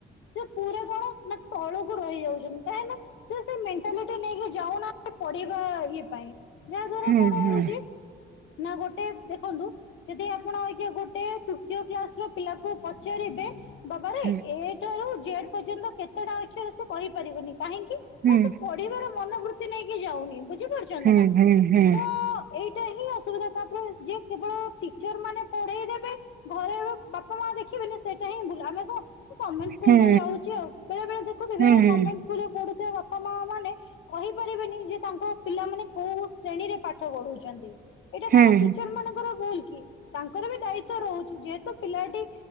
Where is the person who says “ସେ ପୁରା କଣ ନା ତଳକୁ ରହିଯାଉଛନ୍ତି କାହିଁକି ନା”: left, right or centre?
Left